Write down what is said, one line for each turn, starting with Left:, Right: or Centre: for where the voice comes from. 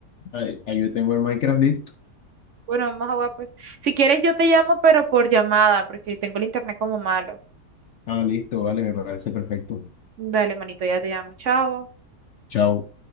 Left: Ahí, ahí yo tengo el Minecraft listo.
Right: Bueno, vamos a jugar pues. Si quieres, yo te llamo, pero por llamada, porque tengo el internet como malo.
Left: Ah, listo, vale, me parece perfecto.
Right: Dale, manito, ya te llamo. Chao.
Left: Chao.